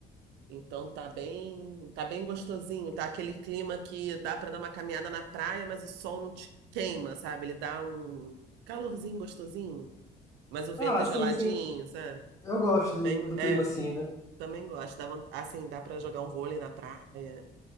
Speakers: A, on the right; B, on the left.
A: Então tá bem, tá bem gostosinho, tá aquele clima que dá para dar uma caminhada na praia, mas o sol não te queima, sabe? Ele dá um calorzinho gostosinho, mas o vento
B: Ah,
A: é
B: sim,
A: geladinho,
B: sim.
A: sabe?
B: Eu gosto de-
A: Bem,
B: do
A: é,
B: clima assim, né?
A: também gosto. Dá, von- assim, dá para jogar um vôlei na praia,